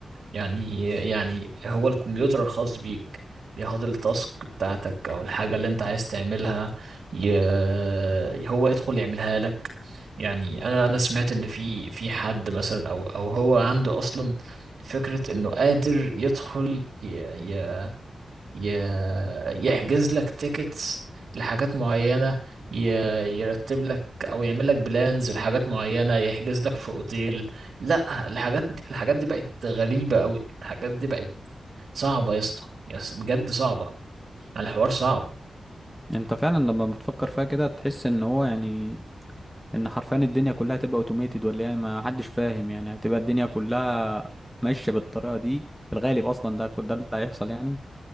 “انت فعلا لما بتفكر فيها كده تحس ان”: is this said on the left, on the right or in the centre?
Centre